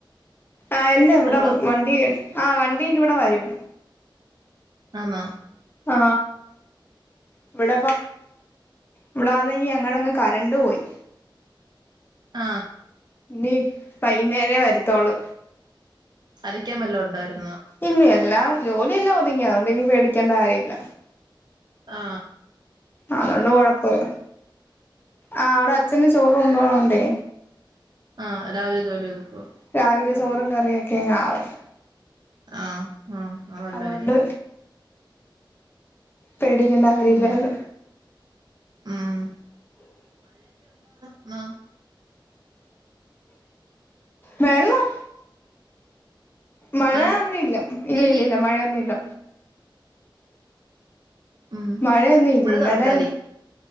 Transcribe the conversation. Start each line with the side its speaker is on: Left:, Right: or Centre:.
Left: അല്ല ഇവിടെ
Right: ഹലോ
Left: വണ്ടി ആ വണ്ടി <unintelligible> ഇന്ന് ഇവിടെ വരും
Right: ആന്നൊ?
Left: ആ ഇവിടെപ്പ ഇവിടെ ആന്നെങ്കി ഞങ്ങടങ്ങ് കരണ്ട് പോയി
Right: ആ
Left: നീ വൈകുന്നേര വര ത്തോള്
Right: അരയ്ക്കാൻ വല്ലാം ഉണ്ടായിരുന്
Left: ഇന്ന എല്ല ജോലിയല്ല ഒതുങ്ങി അതുകൊണ്ട് ഇനി പേടിക്കേണ്ട കാര്യമില്ല
Right: ആ
Left: അതുകണ്ട് കുഴപ്പില്ല ആ അവിടെ അച്ഛന് ചോറും കൊണ്ടോ ഉണ്ട്
Right: ആ രാവിലെ ജോലി ഒതുക്കുവോ
Left: രാവിലെ ചോറും കറിയൊക്കെങ്ങ ആവും
Right: ആ ആ അ നല്ല
Left: അതുകൊണ്ട്
Right: കാര്യം
Left: പേടിക്കേണ്ട കാര്യ
Right: ഉം
Left: ഇല്ലന്
Right: ഉം മ
Left: വെള്ളം മഴൊന്നുംല്ല
Right: മഴ
Left: ഇല്ല
Right: നീ
Left: ഇല്ല ഇല്ല മഴയൊന്നുല്ല
Right: ഉം
Left: മഴയൊന്നുല്ല
Right: ഇവിടെ
Left: ഇന്നലെ
Right: സംസാരിക്ക്